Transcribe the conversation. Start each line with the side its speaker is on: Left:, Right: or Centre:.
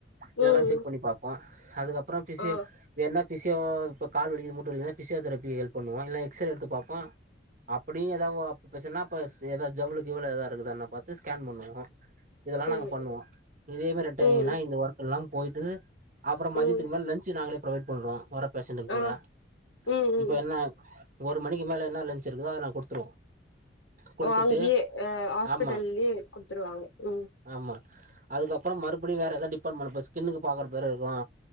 Right: இதெல்லா
Left: ம்
Right: செக் பண்ணி பாப்போ அதுக்கப்றொ ஃபிசியோ
Left: ஆ
Right: வேன்னா ஃபிசியோ இப்ப கால் வலிக்குது மூட்டுவலிக்குது ஃபிசியோதரி ஹெல்ப் பண்ணுவோ இல்லனா எக்ஸ் ரே எடுத்து பாப்போ அப்டியு எதாவது அப் ப்ரச்சனன்னா அப்ப ஸ் ஏதாவது ஜவ்வுல கிவ்வுல எதாவ இருக்குதா என்ன பாத்து ஸ்கேன் பண்ணுவோ அ <inaudible> இதெல்லா
Left: சரி
Right: நாங்க பண்ணுவோ இதேமாரெட்டன்னா
Left: ம்
Right: இந்த ஒர்க் எல்லா போயிட்டு அப்றொ மதியத்துக்கு
Left: ம்
Right: மேல லன்ச் நாங்களே ப்ரொவைட் பண்றோ வர பேஷண்ட்டுக்கு பூரா
Left: ஆ ம் ம்
Right: இப்ப என்ன ஒரு மணிக்கி மேல ன்னா லஞ்ச் இருக்குதோ அத நாங் குடுத்துருவோ குடுத்துட்டு
Left: ஓ அங்கியே ஆ ஹாஸ்பிட்டல்லயே
Right: ஆமா
Left: குடுத்துருவாங்க ம்
Right: ஆமா அதுக்கப்றொ மறுபடியு வேற ஏதாது டிபாட்மெண்ட் இப்ப ஸ்கின்னுக்கு பாக்குற பேரு இருக்கோ